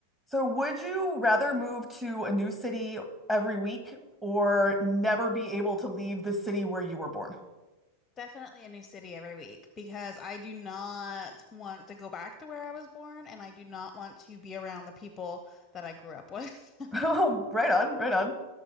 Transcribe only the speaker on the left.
Definitely a new city every week because I do not want to go back to where I was born and I do not want to be around the people that I grew up with. <laughs>